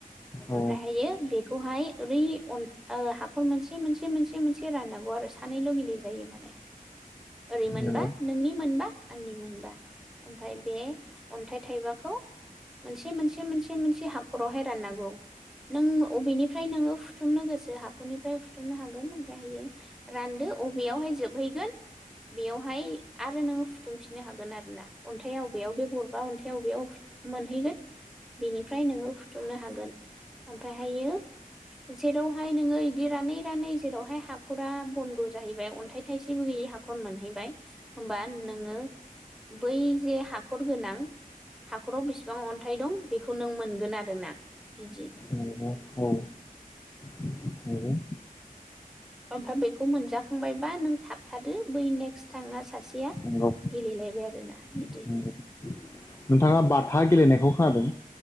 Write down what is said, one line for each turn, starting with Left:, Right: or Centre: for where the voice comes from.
Left: औ
Centre: ओमफ्रायहायो बेखौहाय ओरै अन ओ हाख'र मोनसे मोनसे मोनसे मोनसे राननांगौ आरो सानैल' गेलेजायो माने ओरै मोनबा
Left: नंगौ
Centre: नोंनि मोनबा आंनि मोनबा ओमफ्राय बे अन्थाय थाइबाखौ मोनसे मोनसे मोनसे मोनसे हाखरावहाय राननांगौ नों अबेनिफ्राय नोङो फुथुमनो गोसो हाखरनिफ्राय फुथुमनो हागोन ओमफ्रायहायो रानदो अबेयावहाय जोबहैगोन बेयावहाय आरो नोङो फुथुमफिननो हागोन आरोना अन्थायाव अबेयाव बे गर अन्थायाव बेयाव फु मोनहैगोन बेनिफ्राय नोङो फुथुमनो हागोन ओमफायहायो जेरावहाय नोङो एदि रानै रानै जेरावहाय हाखरा बन्द जाहैबाय अन्थाइ थाइसेबो गैयि हाखर मोनहैबाय होमबा नोङो बै जे हाखर गोनां हाखराव बेसिबां अन्थाइ दं बेखौ नों मोनगोन आरोना बिदि
Left: नोंगौ औ नोंगौ
Centre: ओमफाय बेखौ मोनजाखांबायबा नों थाबथादो बै नेक्स्ट थाङास इया
Left: नंगौ
Centre: गेलेलायबाय आरोना बिदि।
Left: नंगौ नोंथाङा बाथा गेलेनायखौ खोनादों?